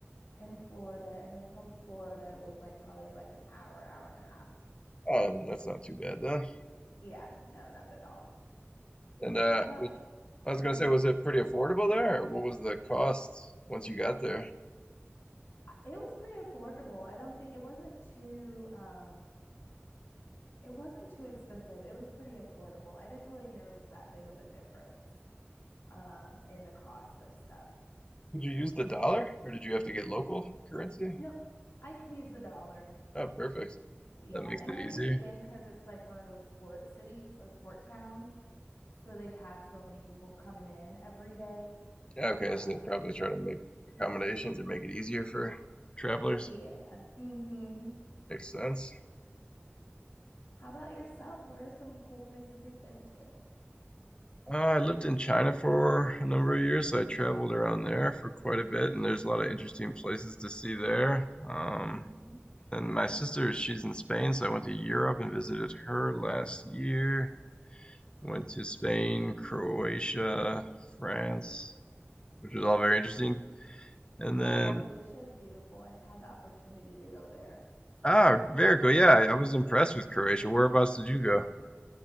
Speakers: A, on the left; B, on the left.
A: in Florida, and then from Florida, it was like probably like an hour, hour and a half.
B: Oh, that's not too bad then.
A: Y- Yeah, no, not at all.
B: And uh,
A: How about,
B: I was
A: oh,
B: gonna
A: go ahead.
B: say, was it pretty affordable there, or what was the cost once you got there?
A: I- It was pretty affordable. I don't think it wasn't too um it wasn't too expensive. It was pretty affordable. I didn't really notice that big of a difference um in the cost of stuff.
B: Did you use the dollar, or did you have to get local currency?
A: No, I could use the dollar.
B: Oh, perfect.
A: Yeah,
B: That makes
A: and
B: it
A: I
B: easier.
A: think again because it's like one of those port cities or port towns, so they have so many people coming in every day.
B: Yeah, okay,
A: Um,
B: so they probably try to make accommodations or make it easier for travelers.
A: yeah. Mm-hmm.
B: Makes sense.
A: How about yourself? What are some cool places you've been to?
B: Uh, I lived in China for a number of years, so I traveled around there for quite a bit, and there's a lot of interesting places to see there. Um,
A: hmm
B: and my sister, she's in Spain, so I went to Europe and visited her last year. Went to Spain, Croatia, France, which was all very interesting. And
A: Yeah,
B: then,
A: Croatia is beautiful. I've had the opportunity to go there.
B: ah, very cool. Yeah, I was impressed with Croatia. Whereabouts did you go? <laughs>